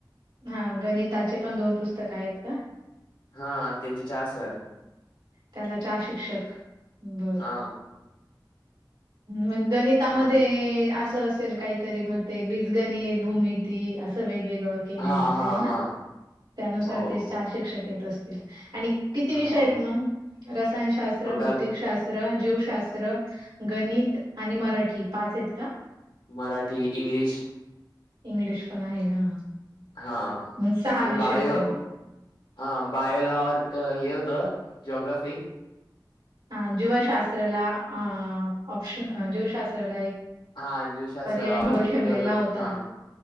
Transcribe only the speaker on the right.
हा गणिताचे पण दोन पुस्तक आहेत का.
त्याला चार शिक्षक बर.
मग गणितामध्ये
असं असेल. काहीतरी मग ते बिजगणित भूमीती असं वेगवेगळं. केलेल
असेल
होना
त्यानुसार
ते. शिक्षक येत असतील आणि किती
विषय आहेत मग रसायनशास्त्र,
भौतिकशास्त्र. जीवशास्त्र, गणित आणि मराठी पाच आहेत का.
इंग्लिश पण आहे हा
मग सहा
विषय
झाले.
हा जीवशास्त्रला अ ऑपशन अ जीवशास्त्राला एक
पर्याय भूगोल
ठेवलेला
होता.